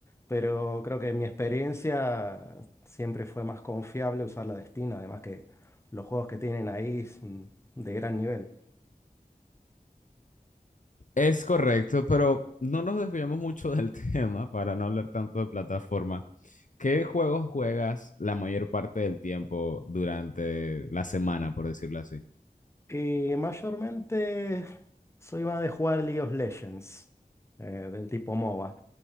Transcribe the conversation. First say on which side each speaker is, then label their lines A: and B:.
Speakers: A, on the left; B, on the left.
A: pero creo que mi experiencia siempre fue más confiable usar la de Steam, además que los juegos que tienen ahí son de gran nivel.
B: Es correcto, pero no nos desviamos mucho del <laughs> tema para no hablar tanto de plataforma. ¿Qué juegos juegas la mayor parte del tiempo durante la semana, por decirlo así?
A: Y mayormente soy más de jugar League of Legends, eh, del tipo MOBA.